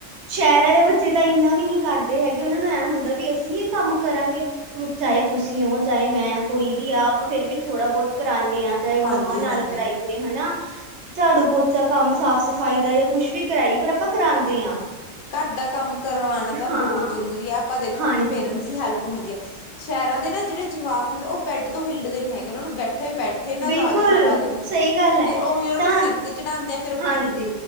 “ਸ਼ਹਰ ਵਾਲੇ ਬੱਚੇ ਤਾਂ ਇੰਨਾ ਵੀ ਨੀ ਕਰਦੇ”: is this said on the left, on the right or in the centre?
Right